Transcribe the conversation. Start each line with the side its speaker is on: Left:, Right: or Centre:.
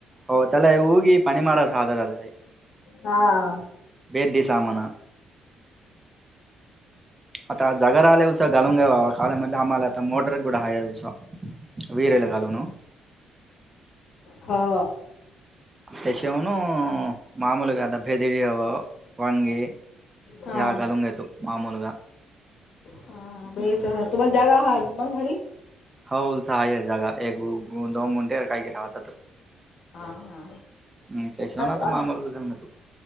Right: होओ तला ह उगी पनीि मारद हादाई.
Left: हा.
Right: बेदी सामाना आता जग र आले होच गलंग आहे बावा काल म्हधले आमला आता मोटर कड हा आहेस. वीरला कालवण
Left: हा.
Right: अ त्याशवन मामूल कादा भेदडीयावा वंगी
Left: हा.
Right: या गलुंगयेत मामूलग
Left: हा बेसह तुम्हाला जागा ह आहे कि मग घरी.
Right: हो उलसा आहे जागा एक दोन गुंटे काय घ राहतात.
Left: हा हा.
Right: हम्म, त्याशिवाय
Left: आ
Right: आता मामूलग गलंगतू